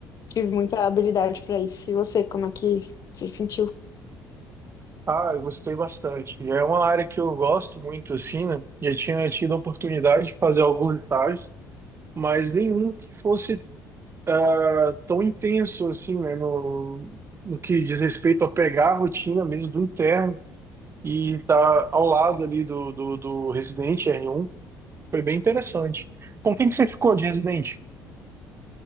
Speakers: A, on the left; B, on the right.
A: tive muita habilidade pra isso. E você, como é que se sentiu?
B: Ah, eu gostei bastante. É uma área que eu gosto muito, assim, né? Já tinha tido a oportunidade de fazer alguns estágios, mas nenhum que fosse ah, tão intenso, assim, né? No, no que diz respeito a pegar a rotina mesmo do interno e estar ao lado ali do, do, do residente R1. Foi bem interessante. Com quem que você ficou de residente?